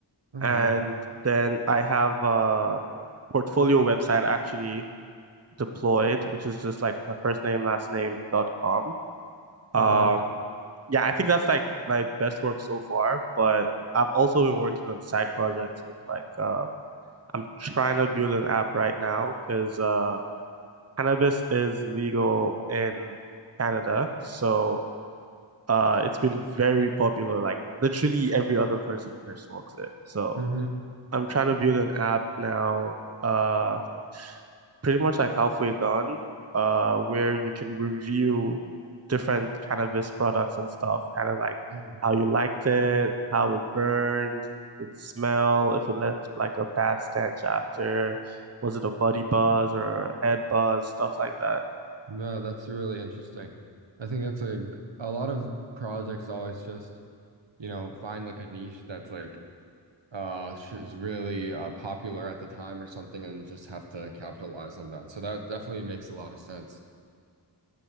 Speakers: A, on the right; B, on the right.
A: Oh,
B: And
A: wow.
B: then I have a portfolio website actually deployed, which is just like my first name, last name dot com. Um,
A: Oh, yeah.
B: yeah, I think that's like my best work so far, but I've also been working on side projects with like um I'm trying to build an app right now because uh cannabis is legal in Canada. So uh it's been very popular. Like literally every other person here smokes it. So
A: Mm-hmm.
B: I'm trying to build an app now, uh, pretty much like halfway done, uh, where you can review different cannabis products and stuff, kind of like
A: Mm-hmm.
B: how you liked it, how it burned, its smell, if it left like a bad stench after, was it a body buzz or a head buzz, stuff like that.
A: Yeah, that's really interesting. I think that's like a lot of projects always just, you know, find like a niche that's like uh sh- is really uh popular at the time or something and just have to capitalize on that. So that definitely makes a lot of sense.